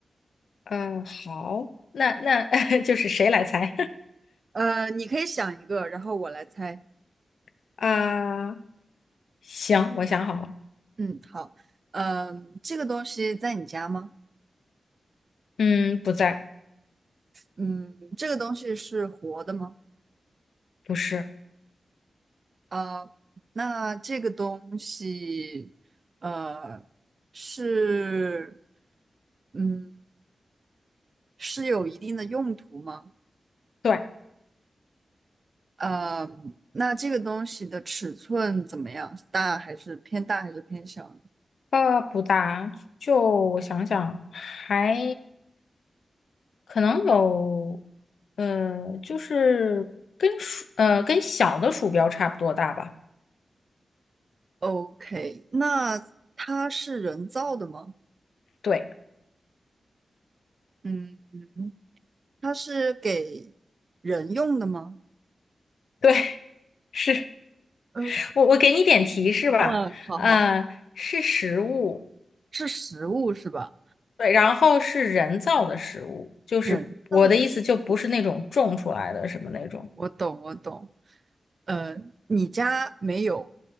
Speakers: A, on the left; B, on the right.
A: 呃，好，那那 <laughs> 就是谁来猜
B: 呃，你可以想一个，然后我来猜。
A: <laughs> 啊？行，我想好了，
B: 嗯。嗯，这个东西在你家吗？
A: 嗯，不在，
B: 嗯，这个东西是活的吗？
A: 不是，
B: 啊，那这个东西，呃，是，嗯，是有一定的用途吗？
A: 对，
B: 呃，那这个东西的尺寸怎么样？大还是偏大还是偏小呢
A: 呃，不大，就我想想，还可能有，呃，就是跟鼠，呃，跟小的鼠标差不多大吧？
B: ？OK，那它是人造的吗？
A: 对，
B: 嗯嗯，它是给人用的吗？
A: 对，<laughs> 是
B: 嗯，
A: 我，我给你点提示吧，
B: 嗯，好好好。
A: 啊、是实物，
B: 是食物是吧？
A: 对，然后是人造的食物，就是我的意思，
B: 人造的食物，
A: 就不是那种种出来的什么那种。
B: 我懂，我懂。呃，你家没有？